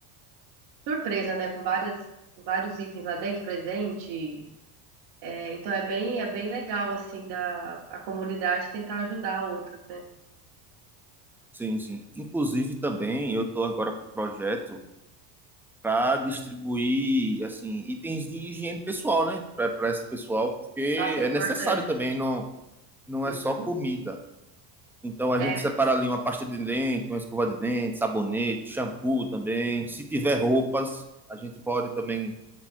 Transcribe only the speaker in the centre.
Sim, sim. Inclusive também eu estou agora com um projeto para distribuir assim itens de higiene pessoal, né, para esse pessoal, porque
é
necessário também, não não
é só comida. Então a
gente separa ali uma pasta de dente, uma escova de dente, sabonete, shampoo também. Se tiver roupas, a gente pode também,